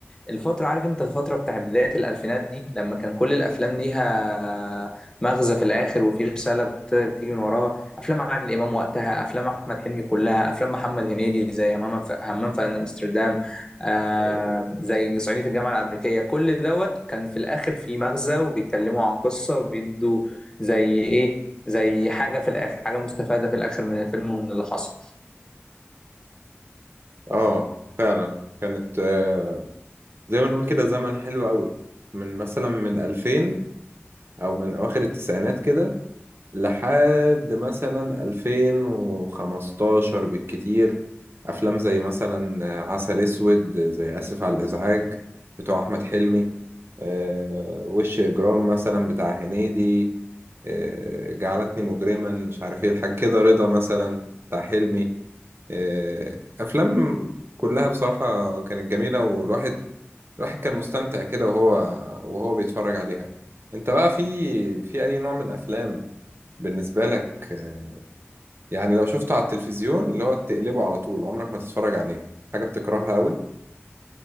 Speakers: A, on the left; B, on the right.
A: الفترة عارف انت الفترة بتاع بداية الألفينات دي لما كان كل الأفلام ليها مغزى في الآخر وفي رسالة بت- بتيجي من وراها أفلام عادل إمام وقتها أفلام أحمد حلمي كلها أفلام محمد هنيدي زي همام في همام في أمستردام آه زي صعيدي في الجامعة الأمريكية كل دوت كان في الآخر في مغزى وبيتكلموا عن قصة وبيدوا زي إيه زي حاجة في الآخر حاجة مستفادة في الآخر من الفيلم ومن اللي حصل
B: اه فعلا كانت آه، زي ما نقول كده زمن حلو قوي من مثلا من 2000 او من اواخر التسعينات كده لحد مثلا 2015 بالكتير أفلام زي مثلا عسل أسود زي آسف على الإزعاج بتوع أحمد حلمي آه، وش إجرام مثلا بتاع هنيدي آه، جعلتني مجرما مش عارف إيه الحاجة كده رضا مثلا بتاع حلمي آه، أفلام كلها بصراحة كانت جميلة والواحد الواحد كان مستمتع كده وهو وهو بيتفرج عليها أنت بقى في في أي نوع من الأفلام بالنسبة لك آه، يعني لو شفته على التلفزيون اللي هو تقلبه على طول عمرك ما تتفرج عليه حاجة بتكرهها قوي